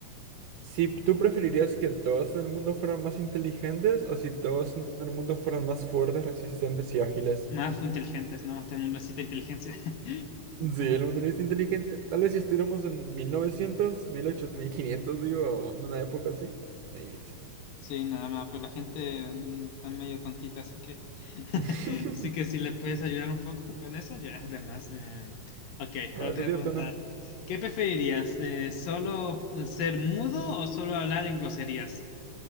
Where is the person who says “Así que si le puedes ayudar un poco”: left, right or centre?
Left